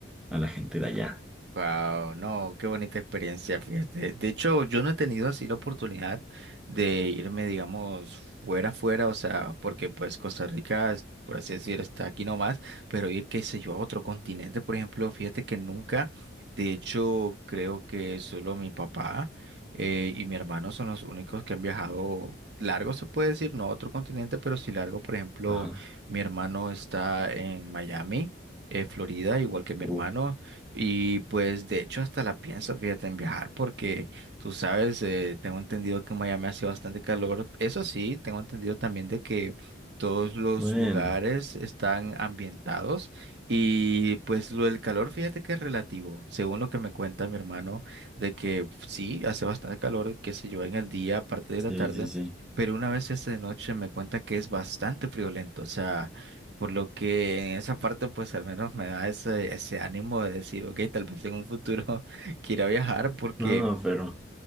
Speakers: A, in the centre; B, on the right.
A: a la gente de allá.
B: Wow, no, qué bonita experiencia, fíjate. De hecho, yo no he tenido así la oportunidad de irme, digamos, fuera, fuera, o sea, porque pues Costa Rica, es- por así decir, está aquí nomás, pero ir, qué sé yo, a otro continente, por ejemplo, fíjate que nunca, de hecho, creo que solo mi papá eh, y mi hermano son los únicos que han viajado largo, se puede decir, no a otro continente, pero sí largo, por ejemplo,
A: Ajá.
B: mi hermano está en Miami. eh, Florida, igual que mi
A: Uf.
B: hermano, y pues de hecho hasta la pienso, fíjate, en viajar porque tú sabes, eh, tengo entendido que en Miami hace bastante calor. Eso sí, tengo entendido también de que todos los
A: Bueno,
B: lugares están ambientados y pues lo del calor, fíjate que es relativo, según lo que me cuenta mi hermano, de que sí, hace bastante calor, qué sé yo, en el día, aparte de la
A: sí,
B: tarde.
A: sí, sí.
B: Pero una vez esta de noche me cuenta que es bastante friolento, o sea, por lo que en esa parte, pues al menos me da ese, ese ánimo de decir, ok, tal vez en un futuro <laughs> quiera viajar, porque
A: No, no, pero...